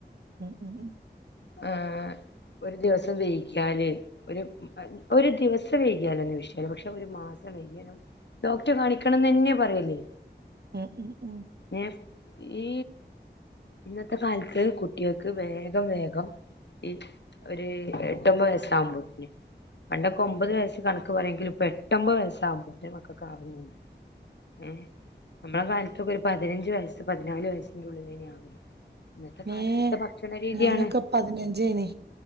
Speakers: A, on the right; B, on the left.
A: ഉം ഉം ഉം
B: ആ ഒരു ദിവസം വെയ്കിയാല് ഒര് ഒര് ദിവസം വെയ്ക്യാലെന്നെ വിഷയ പക്ഷെ ഒര് മാ <unintelligible> ഡോക്ടെ കാണിക്കണംന്നെന്നെ പറയല്
A: ഉം ഉം ഉം
B: ഏ ഈ ഇന്നത്തെ കാലത്ത് കുട്ട്യേക്ക് വേഗം വേഗം ഈ ഒര് എട്ടൊമ്പത് വയസ്സാവുമ്പോത്ത്ന് പണ്ടൊക്കെ ഒമ്പത് വയസ്സ് കണക്ക് പറെങ്കിൽ ഇപ്പൊ എട്ടാെമ്പത് വയസാവുമ്പോത്തിന് മക്കക്കാവ്ണ് ണ്ട് ഏ നമ്മളെ കാലത്തൊക്കെ ഒരു പതിനഞ്ച് വയസ്സ് പതിനാല് വയസ്സിന്റെ ഉള്ളിലേനി ആവല് ഇന്നത്തെ കാലത്തത്തെ
A: ഏ
B: ഭക്ഷണ രീതിയാണ്
A: ഞാനൊക്കെ പതിനഞ്ചേനി